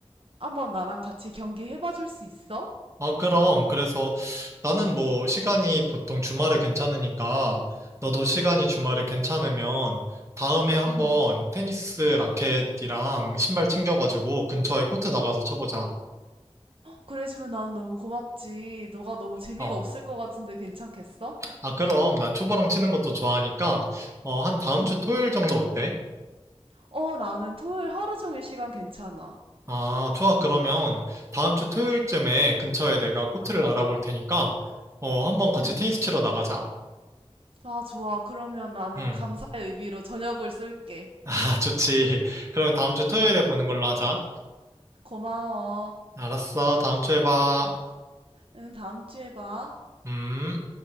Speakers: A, on the right (about 60°); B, on the right (about 30°).
A: 한번 나랑 같이 경기 해봐 줄 수 있어?
B: 아, 그럼. 그래서 나는 뭐 시간이 보통 주말에 괜찮으니까 너도 시간이 주말에 괜찮으면 다음에 한번
A: 음.
B: 테니스 라켓이랑 신발 챙겨가지고 근처에 코트 나가서 쳐보자.
A: 그래주면 나는 너무 고맙지. 너가 너무 재미가
B: 어.
A: 없을 것 같은데 괜찮겠어?
B: 아, 그럼 난 초보랑 치는 것도 좋아하니까 어, 한 다음
A: 음.
B: 주 토요일 정도 어때?
A: 어, 나는 토요일 하루 종일 시간 괜찮아.
B: 아, 좋아. 그러면 다음 주 토요일쯤에 근처에 내가 코트를 알아볼 테니까 어, 한번 같이
A: 음.
B: 테니스 치러 나가자.
A: 아, 좋아. 그러면 나는
B: 응.
A: 감사의 의미로 저녁을 쏠게.
B: <laughs> 아, 좋지. 그러면 다음 주 토요일에 보는 걸로 하자.
A: 고마워.
B: 알았어. 다음 주에 봐.
A: 응, 다음 주에 봐.
B: 음.